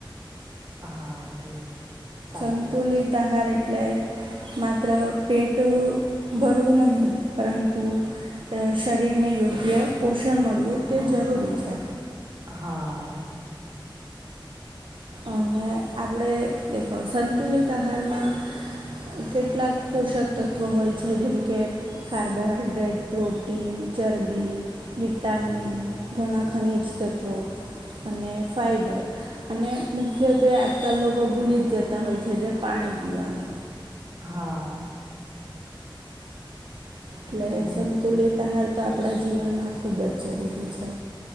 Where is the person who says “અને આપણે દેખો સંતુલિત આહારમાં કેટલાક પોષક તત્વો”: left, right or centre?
Right